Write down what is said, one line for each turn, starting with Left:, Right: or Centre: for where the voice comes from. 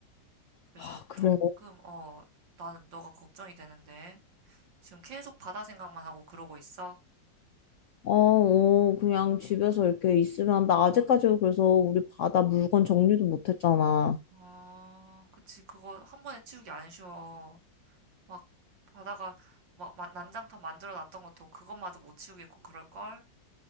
Right: 그래서
Left: 아, 그래.
Right: 조금, 어, 나는 너가 걱정이 되는데. 지금 계속 바다 생각만 하고 그러고 있어?
Left: 어, 어, 그냥 집에서 이렇게 있으면 나 아직까지 그래서 우리 바다 물건 정리도 못 했잖아.
Right: 아, 그치. 그거 한 번에 치우기 안 쉬워. 막 바다가 막 마- 난장판 만들어 놨던 것도 그것마저 못 치우겠고 그럴걸?